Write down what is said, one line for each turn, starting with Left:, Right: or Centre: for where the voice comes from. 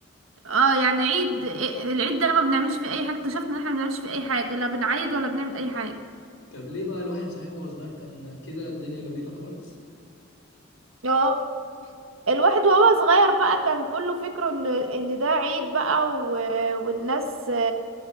Right: اه يعني عيد إيه- العيد ده ما بنعملش فيه اي حاجه اكتشفنا ان احنا ما بنعملش فيه اي حاجه لا بنعيد ولا بنعمل اي حاجه
Left: طب ليه بقى الواحد صحيح وهو صغير كان كده الدنيا جميله خالص
Right: اه الواحد وهو صغير بقى كان كله فكره ان ان ده عيد بقى و... والناس